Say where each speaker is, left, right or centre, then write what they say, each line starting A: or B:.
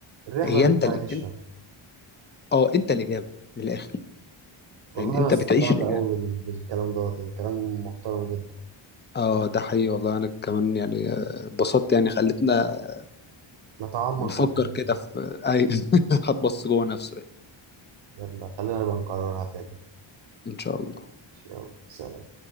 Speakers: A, on the right (about 60°); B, on the left (about 20°).
A: الرحلة
B: هي
A: اللي
B: انت
A: انت
B: الإج...
A: عايشها
B: انت اه انت الاجابه من الاخر
A: والله
B: يعني
A: انا
B: انت
A: استمتعت
B: بتعيش الاجابه
A: قوي بال- بالكلام دوت يعني كلام محترم جدا
B: اه ده حقيقي والله انا كمان يعني آه، اتبسطت يعني خلتنا
A: نتعمق
B: نفكر
A: في الحاجات
B: كده في اي <laughs> هتبص جوه نفسه يعني
A: يلا خلينا نبقى نكررها تاني
B: ان شاء الله
A: يلا سلام